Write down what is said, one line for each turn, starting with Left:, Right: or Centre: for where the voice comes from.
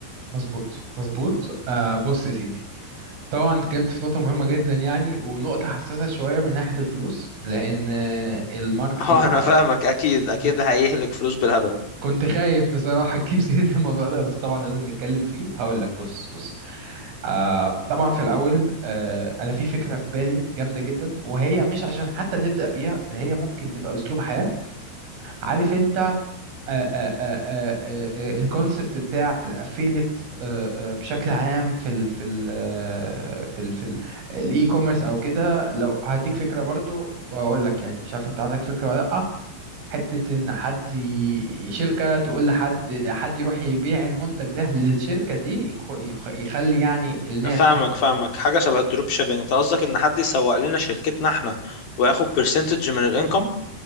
Right: مظبوط مظبوط آه بص يا سيدي طبعا اتكلمت في نقطه مهمه جدا يعني ونقطه حساسه شويه من ناحيه الفلوس لان آه، الماركتينج
Left: <laughs> اه انا
Right: حرب
Left: فاهمك اكيد اكيد
Right: مم.
Left: هيهلك فلوس بالهبل
Right: كنت خايف بصراحه تجيب سيره الموضوع ده بس طبعا لازم نتكلم فيه هقول لك بص بص آه طبعا في الأول آه أنا في فكرة في بالي جامدة جدا وهي مش عشان حتى نبدأ بيها ده هي ممكن تبقى أسلوب حياة عارف أنت آه آه آه آه آه الكونسبت بتاع الأفيليت آه آه بشكل عام في ال في ال آه، في ال في ال- الإي كوميرس أو كده لو هديك فكرة برضو وأقول لك يعني مش عارف أنت عندك فكرة ولا لأ حتة إن حد ي- شركة تقول لحد حد يروح يبيع المنتج ده للشركة دي يخ- يخ- يخلي يعني الناس
Left: فاهمك
Right: تخ...
Left: فاهمك حاجه شبه الدروب شيبينج انت قصدك ان حد يسوق لنا شركتنا احنا وياخد برسنتج من الانكم